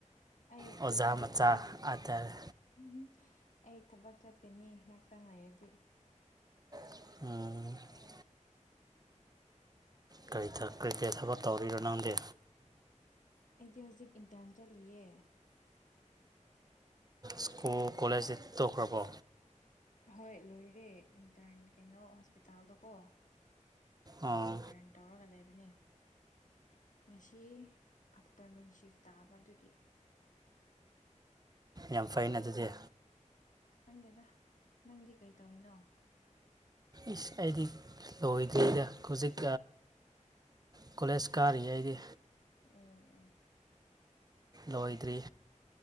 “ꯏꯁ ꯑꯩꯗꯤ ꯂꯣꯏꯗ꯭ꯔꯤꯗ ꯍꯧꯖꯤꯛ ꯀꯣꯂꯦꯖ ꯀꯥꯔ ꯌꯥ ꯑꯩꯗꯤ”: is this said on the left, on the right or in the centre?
Right